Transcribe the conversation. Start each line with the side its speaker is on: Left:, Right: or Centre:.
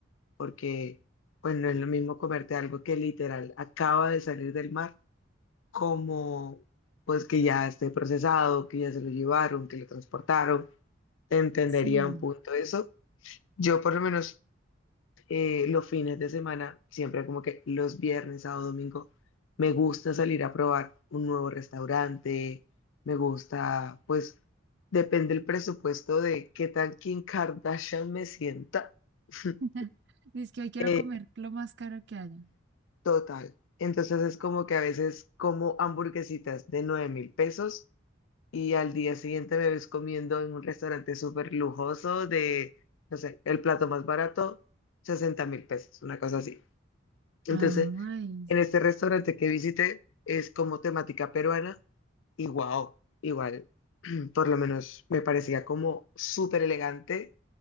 Left: porque pues no es lo mismo comerte algo que literal acaba de salir del mar, como pues que ya esté procesado, que ya se lo llevaron, que lo transportaron, entendería
Right: Sí.
Left: un punto eso. Yo por lo menos eh, los fines de semana, siempre como que los viernes, sábado, domingo, me gusta salir a probar un nuevo restaurante, me gusta, pues depende el presupuesto de qué tan Kim Kardashian me sienta. <laughs>
Right: <laughs> Es que hoy quiero
Left: Eh,
Right: comer lo más caro que haya.
Left: total. Entonces es como que a veces como hamburguesitas de nueve mil pesos y al día siguiente me ves comiendo en un restaurante súper lujoso de, no sé, el plato más barato, sesenta mil pesos, una cosa así. Entonces,
Right: Ay.
Left: En este restaurante que visité es como temática peruana y wow, igual, <clears throat> por lo menos me parecía como súper elegante